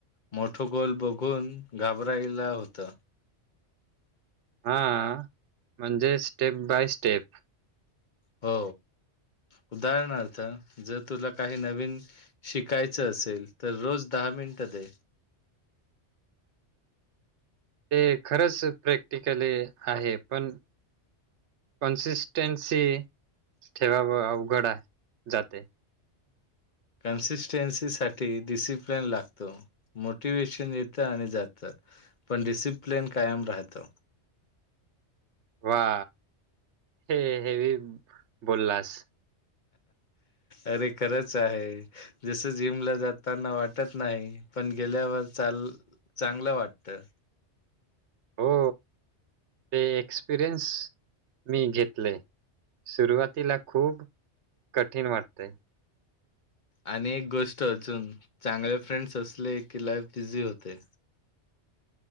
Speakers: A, on the left; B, on the right.
A: मोठं गोल बघून घाबरायला होतं.
B: हा म्हणजेच स्टेप बाय स्टेप.
A: हो उदाहरणार्थ जर तुला काही नवीन शिकायचं असेल तर रोज दहा मिनटं दे
B: ते खरंच प्रॅक्टिकली आहे पण कंन्सिस्टन्सी ठेवावं अवघड आहे जाते.
A: कन्सिस्टन्सीसाठी डिसिप्लेन लागतो. मोटिवेशन येतं आणि जातं पण डिसिप्लेन कायम राहतो.
B: वा हे हेवी बोललास.
A: अरे खरंच आहे. जसं जिमला जाताना वाटत नाही पण गेल्यावर चाल चांगलं वाटतं.
B: हो, ते एक्सपिरियन्स मी घेतले. सुरुवातीला खूप कठीण वाटतंय.
A: आणि एक गोष्ट अजून चांगले फ्रेंड्स असले की लाईफ बिझी होते.